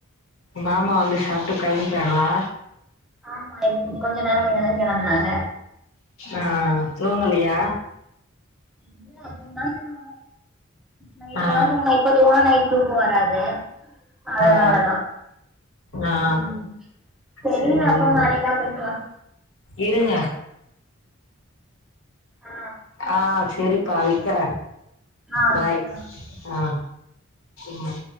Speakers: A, on the left; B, in the centre.
A: மாமா வந்து சாப்ட்டு கிளம்பிட்டாங்களா
B: ஆமா இது கொஞ்ச நேர மின்னதா கிளம்ப்னாங்க
A: ஆ தூங்கலியா
B: இல்ல அப்றதா தூங்கணு நைட்டுக்கு
A: ஆ
B: தா தூங்கணு இப்ப தூங்ணா நைட் தூக்க வராது அதனாலதா
A: ஆ ஆ
B: ம் செரிங்க
A: சரிங்க
B: அப்பற நாளைக்கா பேசலா
A: இருங்க
B: ஆ
A: ஆ செரிப்பா வெக்கிற
B: ஆ
A: பாய்
B: சரிங்க
A: ஆ ம்